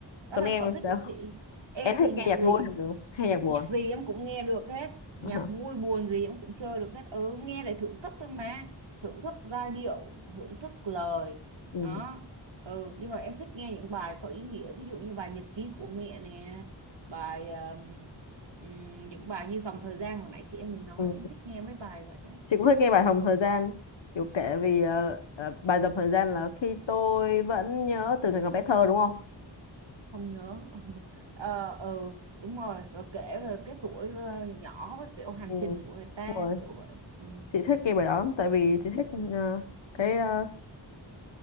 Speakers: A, on the right; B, on the left.
A: đó
B: còn
A: là
B: em
A: sở
B: làm
A: thích
B: sao
A: của chị em
B: em
A: thì
B: thích
A: nhạc
B: nghe nhạc
A: gì
B: vui hay nhạc hay nhạc buồn
A: nhạc gì em cũng nghe được hết nhạc
B: Ờ hả?
A: vui buồn gì em cũng chơi được hết ừ nghe để thưởng thức thôi mà thưởng thức giai điệu thưởng thức lời
B: ừ.
A: đó ừ nhưng mà em thích nghe những bài có ý nghĩa ví dụ như bài nhật ký của mẹ nè bài ờm, ừm, những bài như dòng thời gian hồi nãy chị em mình nói
B: Ừ.
A: em thích nghe mấy bài vậy á
B: chị cũng thích nghe bài Hồng Thời Gian kiểu
A: ừ.
B: kể vì ờ, ờ, bài Dòng Thời Gian là khi tôi vẫn nhớ từ ngày còn bé thơ đúng không
A: không nhớ nữa. <laughs> ờ ừ đúng rồi rồi kể về cái tuổi ờ, nhỏ với kiểu hành
B: ừ.
A: trình của người ta
B: Đúng rồi
A: kiểu vậy ừ
B: chị thích nghe bài đó lắm, tại vì chị
A: ừ
B: thích ờ, cái ờ,